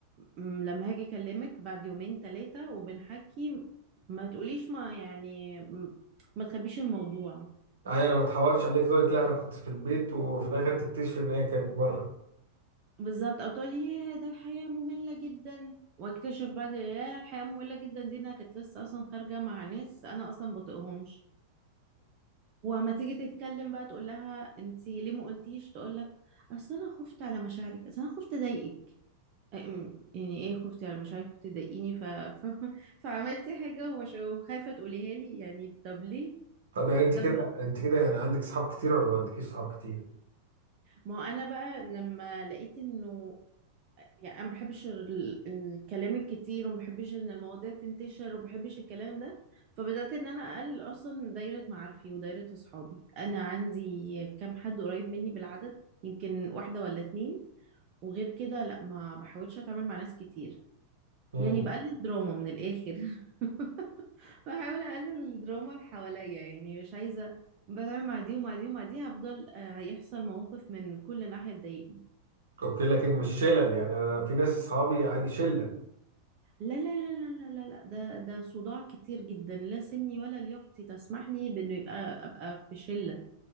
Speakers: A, on the right; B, on the right.
A: م- لما هاجي أكلمك بعد يومين تلاتة وبنحكي ما تقوليش ما يعني م- ما تخبيش الموضوع
B: اي انا ما اتحورش عليك تقول لك لا انا كنت في البيت وفي الاخر تكتشف ان هي كانت بره
A: بالظبط او تقول لي يا ده الحياة مملة جدا واكتشف بعد يا الحياة مملة جدا دي انها كانت لسه اصلا خارجة مع ناس انا اصلا بطيقهمش وما تيجي تتكلم بقى تقول لها انتي ليه ما قلتيش تقول لك اصل انا خفت على مشاعرك اصل انا خفت اضايقك أم، يعني ايه خفتي على مشاعري خفتي تضايقيني ف... ف... <laughs> فعملتي حاجة ومش وخايفة تقوليها لي يعني طب ليه
B: طب يعني انت
A: طب
B: كده انت كده يعني عندك صحاب كتير ولا ما عندكيش صحاب كتير
A: ما هو انا بقى لما لقيت انه يعني انا ما بحبش ال- الكلام الكتير وما بحبش ان المواضيع تنتشر وما بحبش الكلام ده فبدات ان انا اقلل اصلا دايره معارفي ودايره اصحابي انا عندي كام حد قريب مني بالعدد يمكن واحده ولا اتنين وغير كده لا ما بحاولش اتعامل مع ناس كتير
B: امم
A: يعني بقلل دراما من الاخر <laughs> بحاول اقلل الدراما اللي حواليا يعني مش عايزه بتعامل مع دي ومع دي ومع دي هفضل آه، هيحصل مواقف من كل ناحيه تضايقني
B: اوكي لكن مش شلل يعني انا في ناس صحابي عادي شله
A: لا لا لا لا لا لا لا ده ده صداع كتير جدا لا سني ولا لياقتي تسمح لي بانه يبقى ابقى في شلة